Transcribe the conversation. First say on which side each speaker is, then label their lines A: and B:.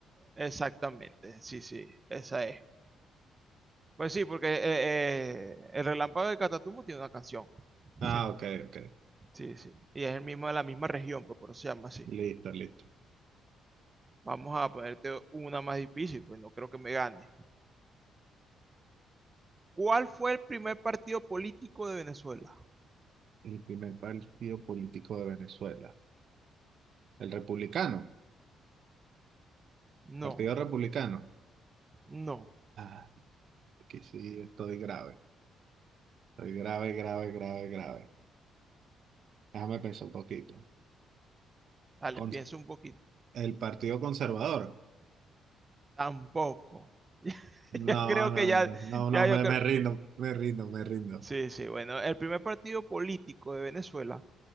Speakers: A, on the right; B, on the right.
A: exactamente. Sí, sí, esa es. Pues sí, porque eh, eh, el relámpago de Catatumbo tiene una canción. <laughs>
B: Ah, ok, ok.
A: Sí, sí. Y es el mismo de la misma región, pues por eso se llama así.
B: Listo, listo.
A: Vamos a ponerte una más difícil, pues no creo que me gane. ¿Cuál fue el primer partido político de Venezuela?
B: El primer partido político de Venezuela. El republicano.
A: No,
B: Partido republicano.
A: no.
B: Ah, aquí sí estoy grave. Estoy grave, grave, grave, grave. Déjame pensar un poquito.
A: Dale,
B: Con-
A: piensa un poquito.
B: el partido conservador.
A: Tampoco. <laughs> Ya
B: No,
A: creo que
B: no,
A: ya,
B: no, no, no,
A: ya
B: me,
A: yo creo.
B: me rindo, me rindo, me rindo.
A: Sí, sí, bueno, el primer partido político de Venezuela